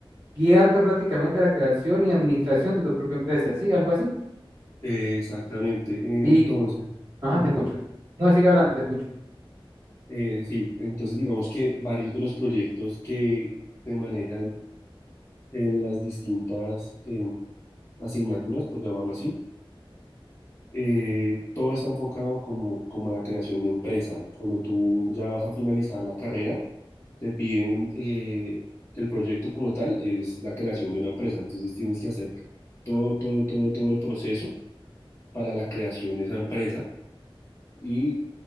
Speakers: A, on the right; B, on the left.
A: guiarte prácticamente a la creación y administración de tu propia empresa, ¿sí? Algo así.
B: Exactamente.
A: Y,
B: Entonces,
A: ajá,
B: ujú.
A: te escucho. No, sigue hablando, te escucho.
B: Eh, sí, entonces digamos que varios de los proyectos que se manejan en las distintas eh, asignaturas, por llamarlo así, eh, todo está enfocado como, como a la creación de empresa. Cuando tú ya vas a finalizar la carrera, te piden eh, el proyecto como tal, es la creación de una empresa. Entonces tienes que hacer todo, todo, todo, todo el proceso para la creación de esa empresa y